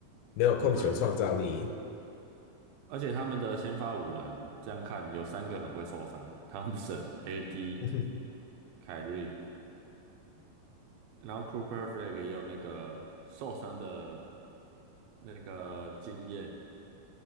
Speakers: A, on the left; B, on the right.
A: 没有控球创造力。
B: 哦对，而且他们的先发五人这样看有三个很会受伤，汤普森、<laughs> AD、
A: <laughs>
B: 凯瑞，然后 Cooper Flag 也有那个受伤的那个经验。